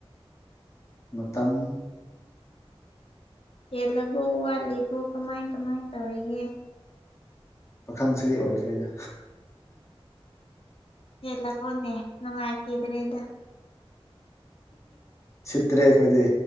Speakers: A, on the left (about 30°); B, on the left (about 65°).
A: ꯃꯇꯝ
B: ꯍꯦꯜꯂꯕꯣ ꯋꯥꯠꯂꯤꯕꯣ ꯀꯃꯥꯏ ꯀꯃꯥꯏ ꯇꯧꯔꯤꯒꯦ
A: ꯄꯥꯈꯪꯁꯤꯔꯤ ꯑꯣꯏꯈ꯭ꯔꯦꯗ
B: ꯍꯦꯜꯂꯕꯣꯅꯦ ꯅꯨꯡꯉꯥꯏꯈꯤꯗ꯭ꯔꯦꯗ
A: ꯁꯤꯠꯇ꯭ꯔꯦ ꯑꯩꯈꯣꯏꯗꯤ